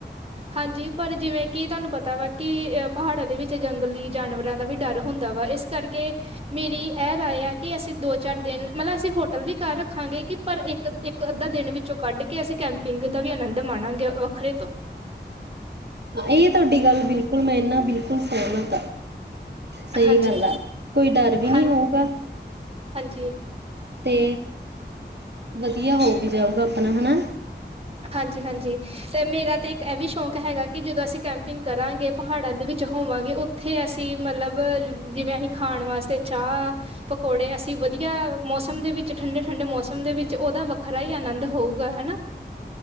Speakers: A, on the right; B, on the right.
A: ਹਾਂਜੀ। ਪਰ ਜਿਵੇਂ ਕਿ ਤਾਂਨੂੰ ਪਤਾ ਵਾ ਕਿ ਪਹਾੜਾਂ ਦੇ ਵਿੱਚ ਜੰਗਲੀ ਜਾਨਵਰਾਂ ਦਾ ਵੀ ਡਰ ਹੁੰਦਾ ਵਾ। ਇਸ ਕਰਕੇ ਮੇਰੀ ਐ ਰਾਏ ਆ ਕਿ ਅਸੀਂ ਦੋ- ਚਾਰ ਦਿਨ, ਮਤਲਬ ਅਸੀਂ ਹੋਟਲ ਵੀ ਕਰ ਰੱਖਾਂਗੇ ਕਿ ਪਰ ਇੱਕ, ਇੱਕ ਅੱਧਾ ਦਿਨ ਵਿੱਚੋਂ ਕੱਢ ਕੇ ਅਸੀਂ ਕੈਂਪਿੰਗ ਦਾ ਵੀ ਅਨੰਦ ਮਾਣਾਂਗੇ ਵੱਖਰੇ ਤੋਂ।
B: ਆ ਇਹ ਤੁਹਾਡੀ ਗੱਲ ਬਿਲਕੁਲ ਮੈਂ ਇਨਾ ਬਿਲਕੁਲ ਸਹਿਮਤ ਆ। ਸਹੀ
A: ਹਾਂਜੀ
B: ਗੱਲ ਆ, ਕੋਈ ਡਰ ਵੀ ਨੀ
A: ਹਾਂ
B: ਹੋਊਗਾ।
A: ਹਾਂਜੀ
B: ਤੇ ਵਧੀਆ ਹੋ ਵੀ ਜਾਊਗਾ ਆਪਣਾ, ਹਨਾ।
A: ਹਾਂਜੀ -ਹਾਂਜੀ, ਤੇ ਮੇਰਾ ਤੇ ਇੱਕ ਐ ਵੀ ਸ਼ੌਕ ਹੈਗਾ ਕਿ ਜਦੋਂ ਅਸੀਂ ਕੈਂਪਿੰਗ ਕਰਾਂਗੇ, ਪਹਾੜਾਂ ਦੇ ਵਿੱਚ ਹੋਵਾਂਗੇ, ਉੱਥੇ ਅਸੀਂ ਮਲਬ ਜਿਵੇਂ ਅਸੀਂ ਖਾਣ ਵਾਸਤੇ ਚਾਹ, ਪਕੌੜੇ ਅਸੀਂ ਵਧੀਆ ਮੌਸਮ ਦੇ ਵਿੱਚ, ਠੰਡੇ- ਠੰਡੇ ਮੌਸਮ ਦੇ ਵਿੱਚ, ਓਦਾ ਵ ਖਰਾ ਹੀ ਆਨੰਦ ਹੋਊਗਾ। ਹੈਨਾ।